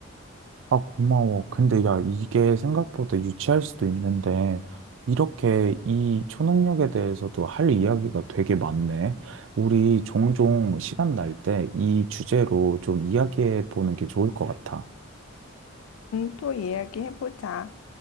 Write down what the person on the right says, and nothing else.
아, 고마워. 근데 야, 이게 생각보다 유치할 수도 있는데, 이렇게 이 초능력에 대해서도 할 이야기가 되게 많네. 우리 종종 시간 날 때 이 주제로 좀 이야기해 보는 게 좋을 것 같아.